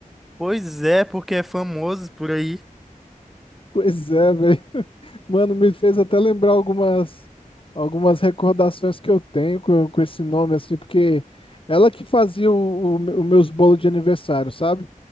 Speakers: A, in the centre; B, on the left (about 40°).
A: Pois é, porque é famoso por aí.
B: Pois é, velho. Mano, me fez até lembrar algumas, algumas recordações que eu tenho com, com esse nome, assim, porque ela que fazia o, o me- os meus bolos de aniversário, sabe?